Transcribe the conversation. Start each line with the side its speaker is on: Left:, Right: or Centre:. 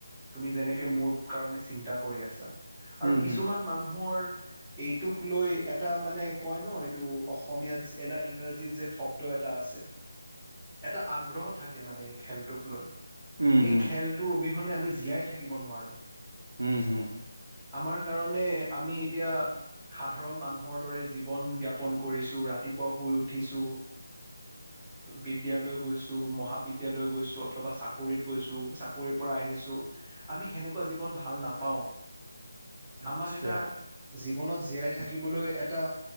Centre: তুমি যেনেকে মোৰ কাৰণে চিন্তা কৰি আছা। আৰু
Right: উম
Centre: কিছুমান
Right: হুম
Centre: মানুহৰ এইটোক লৈ এটা মানে কয় ন এইটো অসমীয়াত এটা ইংৰাজীত যে শব্দ এটা আছে। এটা আগ্ৰহ থাকে মানে এই খেলটোক লৈ।
Right: উম
Centre: এই
Right: হুম
Centre: খেলটোৰ অবিহনে আমি জীয়াই থাকিব নোৱাৰো।
Right: উম হুম।
Centre: আমাৰ কাৰণে আমি এতিয়া সাধাৰণ মানুহৰ দৰে জীৱন জ্ঞাপন কৰিছো ৰাতিপুৱা শুই উঠিছো। বিদ্যালয় গৈছোঁ, মহাবিদ্যালয় গৈছোঁ অথবা চাকৰিত গৈছোঁ চা কৰি পৰা আহিছোঁ আমি সেনেকুৱা জীৱন ভাল নাপাওঁ।
Right: আচ্ছা
Centre: আমাক এটা জীৱনত জীয়াই থাকিবলৈ এটা